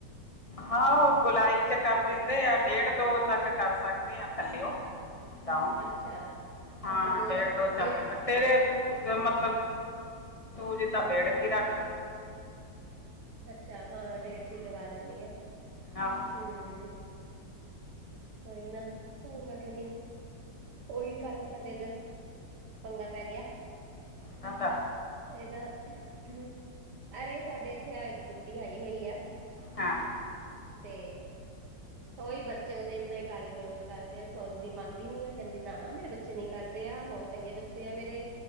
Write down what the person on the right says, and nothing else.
ਅੱਛਾ-ਅੱਛਾ
ਤੱਕ
ਡੇਢ
ਅੱਛਾ ਹਾਂ, ਡੇਢ
ਚ ਈ ਲਗਾ ਲੈਨੀ ਆ।
ਹਮ। ਕੋਈ ਨਾ, ਓਈ ਮੈਂ ਕਿਆ ਕਿ, ਉਹੀ ਕੱਲ ਸਾਡੇ ਇਧਰ ਪੰਗਾ ਪੈ ਗਿਆ।
ਇਹਦਾ ਹਮ, ਅਰੇ ਸਾਡੇ ਇੱਥੇ ਆ ਇੱਕ ਬੁੱਢੀ ਆਈ ਹੋਈ ਆ।
ਤੇ ਓਈ ਬੱਚੇ ਉਹਦੇ ਇਨੇ ਗਾਲੀ ਗਲੋਚ ਕਰਦੇ ਆ। ਸੁਣਦੀ ਮੰਨਦੀ ਨੀ ਆ, ਕੈਂਦੀ ਨਾ ਮੇਰੇ ਬੱਚੇ ਨੀ ਕਰਦੇ ਆ ਬਹੁਤ ਚੰਗੇ ਬੱਚੇ ਆ ਮੇਰੇ।